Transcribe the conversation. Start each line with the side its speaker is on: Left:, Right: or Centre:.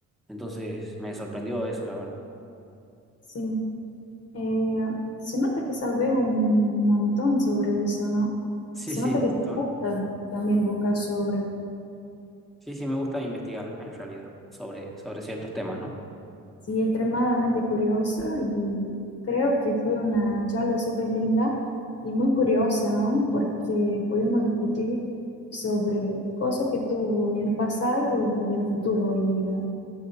Centre: Entonces, me sorprendió eso, la verdad.
Left: Sí. Eh, se nota que sabes un montón sobre eso, ¿no?
Centre: Sí,
Left: Se
Centre: sí.
Left: nota que te
Centre: Ah,
Left: gusta también buscar sobre.
Centre: Sí, sí, me gusta investigar en realidad sobre, sobre ciertos temas, ¿no?
Left: Sí, extremadamente curiosa y creo que fue una charla súper linda y muy curiosa, ¿no? Porque pudimos discutir sobre cosas que tuvo en el pasado y en el futuro hoy en día.